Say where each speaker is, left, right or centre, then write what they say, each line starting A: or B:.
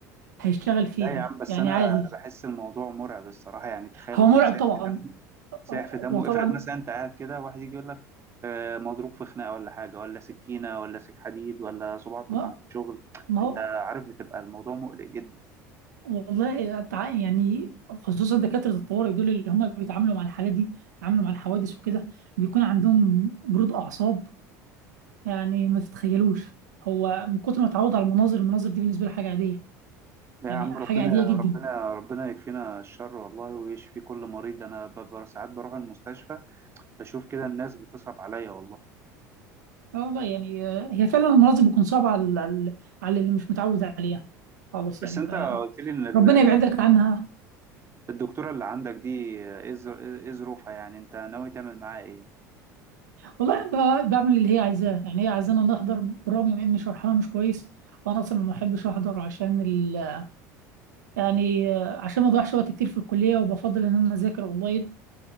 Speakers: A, on the right (about 90°); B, on the right (about 30°).
A: هيشتغل فيها
B: لا يا عم بس
A: يعني
B: انا
A: عادي
B: انا بحس الموضوع مرعب الصراحه يعني تخيل
A: هو
B: واحد
A: مرعب
B: ساعد
A: طبعا
B: في دمه سايح في دمه
A: هو طبعا
B: افرض مثلا انت قاعد كده واحد يجي يقول لك آه، مضروب في خناقه ولا حاجه ولا سكينه ولا سك حديد ولا صباعه اتقطع
A: ما
B: من الشغل
A: ما هو
B: انت عارف بتبقى الموضوع مقلق جدا
A: والله تع- يعني خصوصا دكاترة الطوارئ دول اللي هم بيتعاملوا مع الحالات دي بيتعاملوا مع الحوادث وكده بيكون عندهم برود أعصاب يعني ما تتخيلوش هو من كتر ما اتعود على المناظر المناظر دي بالنسبة له حاجة عادية
B: لا
A: يعني
B: يا عم ربنا
A: حاجة عادية جدا
B: ربنا ربنا يكفينا الشر والله ويشفي كل مريض انا ب- ب- ساعات بروح المستشفى بشوف كده الناس بتصعب عليا والله
A: اه والله يعني آه، هي فعلا المناظر بتكون صعبة على على على اللي مش متعود عليها خالص
B: بس
A: يعني
B: انت
A: ف
B: قلت لي ان ال-
A: ربنا يبعدك عنها
B: الدكتوره اللي عندك دي آه، ايه ظر- إيه ظروفها يعني انت ناوي تعمل معاها ايه
A: والله ب- بعمل اللي هي عايزاه يعني هي عايزانا نحضر برغم من ان شرحها مش كويس وانا اصلا ما بحبش احضر عشان ال... يعني آه، عشان ما اضيعش وقت كتير في الكليه وبفضل ان انا اذاكر اونلاين